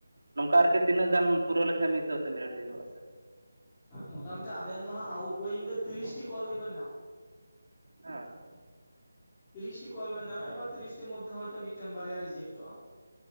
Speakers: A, on the right; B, on the left.
A: ᱱᱚᱝᱠᱟ ᱟᱨᱠᱤ ᱛᱤᱱᱟᱹᱜ ᱜᱟᱱ ᱯᱩᱨᱟᱹᱣ ᱞᱮᱠᱷᱟᱡ ᱢᱤᱫᱥᱚ ᱟᱹᱥᱤ ᱢᱤᱱᱤᱴ ᱦᱩᱭᱩᱜᱚᱜᱼᱟ ᱥᱮ
B: ᱢᱚᱴᱟᱢᱩᱴᱤ ᱟᱵᱮᱱ ᱫᱚ ᱦᱟᱸᱜ ᱟᱣᱩᱴ ᱜᱳᱭᱤᱝ ᱫᱚ ᱛᱤᱨᱤᱥᱴᱤ ᱠᱚᱞ ᱜᱮᱵᱮᱱ ᱧᱟᱢᱟ ᱾
A: ᱦᱮᱸ
B: ᱛᱤᱨᱤᱥᱴᱤ ᱠᱚᱞ ᱵᱮᱱ ᱧᱟᱢᱟ ᱮᱵᱟᱨ ᱛᱤᱨᱤᱥᱴᱤ ᱢᱚᱫᱽᱫᱷᱮ ᱦᱚᱭᱛᱳ ᱢᱤᱫᱴᱮᱱ ᱵᱟᱨᱭᱟ ᱨᱤᱡᱮᱠᱴᱚᱜᱼᱟ ᱾